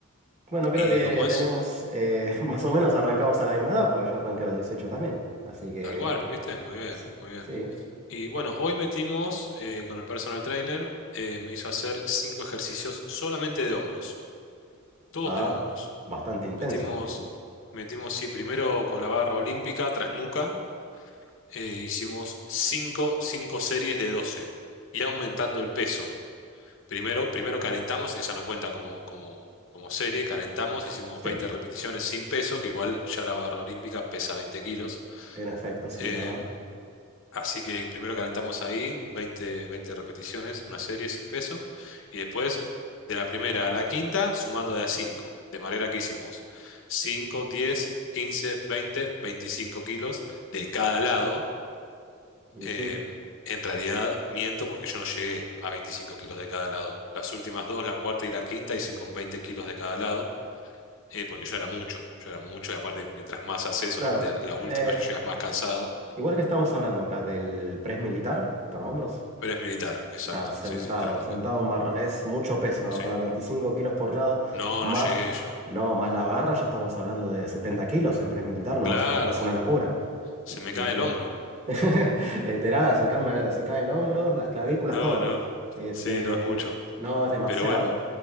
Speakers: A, on the right (about 30°); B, on the left (about 65°).
A: Bueno, creo
B: y
A: que
B: como es,
A: tenemos, eh, <laughs> más o menos arrancamos a la misma edad, porque yo arranqué a los 18 también. Así que,
B: tal cual,
A: bueno,
B: ¿viste? Muy bien,
A: sí,
B: muy bien.
A: sí.
B: Y bueno, hoy metimos eh, con el personal trainer, eh, me hizo hacer cinco ejercicios solamente de hombros, todos
A: Ah,
B: de hombros.
A: bastante intenso.
B: Metimos,
A: Mm,
B: metimos, sí, primero con la barra olímpica, tras nuca, eh, hicimos cinco cinco series de 12 y aumentando el peso. Primero, primero calentamos, esa no cuenta como, como, como serie, calentamos, hicimos veinte
A: Sí,
B: repeticiones sin peso, que igual ya la barra olímpica pesa 20 kilos.
A: en efecto, sí,
B: Eh,
A: ¿verdad?
B: Así que primero calentamos ahí, 20, 20 repeticiones, una serie sin peso, y después de la primera a la quinta, sumando de a 5 de manera que hicimos 5 10 15 20 25 kilos de cada lado.
A: Ujú,
B: Eh, en realidad miento porque yo no llegué a 25 kilos de cada lado. Las últimas dos, la cuarta y la quinta, hice con 20 kilos de cada lado, eh, porque yo era mucho, yo era mucho, y aparte mientras más haces,
A: Claro.
B: obviamente la última
A: Eh,
B: ya llegas más cansado,
A: Igual que estamos hablando acá del press militar para hombros,
B: pero es militar, exacto,
A: acá sentado,
B: sí, sí, tras nuca.
A: sentado en barra, es mucho peso, la
B: Sí.
A: verdad, 25 kilos por lado,
B: No,
A: más,
B: no llegué yo.
A: no, más la barra, ya estamos hablando de 70 kilos en press militar, no,
B: Claro,
A: es una, es una locura,
B: se me
A: no,
B: cae el
A: no.
B: hombro.
A: <laughs> Literal, se cambia, se cae el hombro, las clavículas,
B: No,
A: todo.
B: no.
A: Este,
B: Sí, no es mucho.
A: no, es demasiado.
B: Pero bueno,